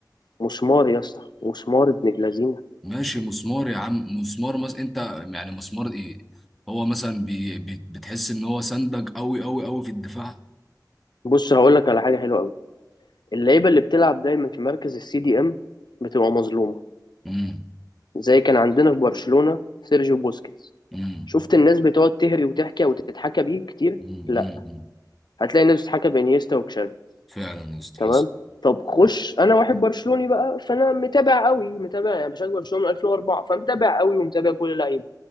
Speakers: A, on the left (about 80°); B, in the centre.
A: مسمار يا اسطى مسمار ابن جلازينة
B: ماشي مسمار يا عم مسمار مثلا انت يعني مسمار ايه هو مثلا بي بي بتحس ان هو سندك قوي قوي قوي في الدفاع
A: بص هقول لك على حاجة حلوة قوي اللعيبة اللي بتلعب دايما في مركز السي دي ام بتبقى مظلومة
B: امم
A: زي كان عندنا في برشلونة سيرجيو بوسكيتس
B: امم
A: شفت الناس بتقعد تهري وتحكي وتتحكى بيه كتير
B: امم
A: لا
B: امم
A: هتلاقي الناس بتتحكى بانيستا وكشافي
B: فعلا يا اسطى
A: تمام
B: حصل
A: طب خش انا واحد برشلوني بقى فانا متابع قوي متابع يعني بشجع برشلونة من 2004 فمتابع قوي ومتابع كل اللعيبة